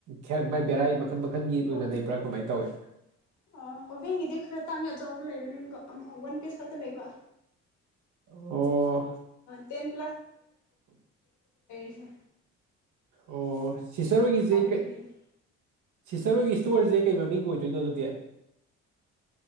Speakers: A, on the right; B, on the left.
A: ꯈ‌ꯦꯠ ꯚꯦꯔꯥꯏ ꯃꯈꯟ ꯃꯈꯟꯒꯤ ꯑꯣꯏꯅ
B: ꯑꫭꯞ
A: ꯂꯩꯕ꯭ꯔꯥ
B: ꯑꫭꯞ
A: ꯀꯃꯥꯏꯅ ꯇꯧꯋꯤ
B: ꯑꯣꯕꯦꯡꯒꯤꯗꯤ ꯈꯔ ꯇꯥꯡꯉꯦ ꯑꯆꯕ ꯂꯩꯕꯅꯤꯅꯀꫭ ꯑꯝ ꯋꯥꯟ ꯄꯤꯁ ꯈꯛꯇ ꯂꯩꯕ
A: ꯑꯣ
B: ꯇꯦꯟ ꯁꯦ
A: ꯑꯣ ꯁꯤꯁꯇꯔ ꯍꯣꯏꯒꯤꯁꯦ ꯀ‌ꯩ
B: ꯑꯗꯨꯒꯤꯅꯤ
A: ꯁꯤꯁꯇꯔ ꯍꯣꯏꯒꯤ ꯏꯁꯇꯣꯔꯁꯦ ꯀꯩ ꯃꯃꯤꯡ ꯑꯣꯏ ꯀꯩꯅꫭ ꯑꯗꯨꯗꯤ